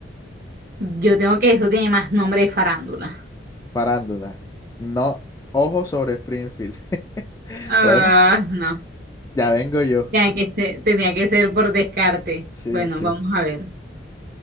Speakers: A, on the right (about 50°); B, on the left (about 15°).
A: Yo tengo que eso tiene más nombre de farándula.
B: Farándula. No, Ojo sobre Springfield. <laughs>
A: Ah,
B: Bueno,
A: no.
B: ya vengo yo.
A: Tenía que ser, tenía que ser por descarte.
B: Sí,
A: Bueno,
B: sí.
A: vamos a ver.